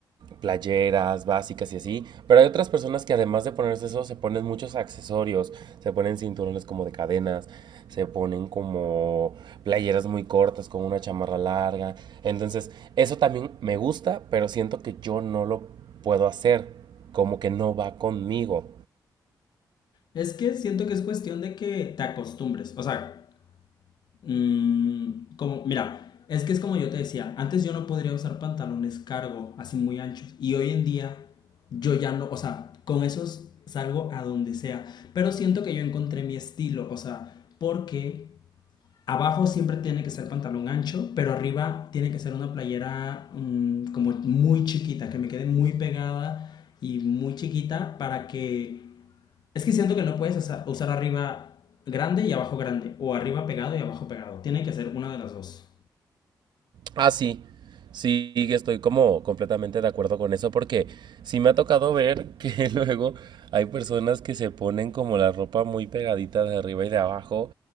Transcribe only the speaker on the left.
Es que siento que es cuestión de que te acostumbres. O sea, Mm, como, mira, es que es como yo te decía, antes yo no podría usar pantalones cargo, así muy anchos, y hoy en día yo ya no, o sea, con esos salgo a donde sea, pero siento que yo encontré mi estilo, o sea, porque abajo siempre tiene que ser pantalón ancho, pero arriba tiene que ser una playera mm, como muy chiquita, que me quede muy pegada y muy chiquita para que es que siento que no puedes usar, arriba grande y abajo grande, o arriba pegado y abajo pegado. Tiene que ser una de las dos.